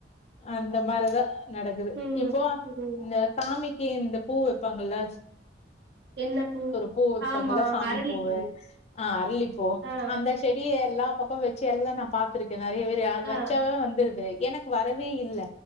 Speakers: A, on the left (about 35°); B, on the right (about 65°).
A: அந்த மாரிதா நடக்குது
B: ம்
A: இப்போ
B: ம்
A: இந்த சாமிக்கு இந்த பூ வைப்பாங்கள்ல்ல
B: என்ன பூ
A: பூ வப்பாங்கள
B: ஆமா
A: சாமி
B: அரளிப்பூ
A: பூவு ஆ அருளிப்பூ
B: ஆ
A: அந்த செடிய எல்லா பக்கோ வச்சு எல்லா நா பாத்திருக்கே நறைய பேரு அது
B: ஆ
A: வச்சாவே வந்துருது எனக் வரவே இல்ல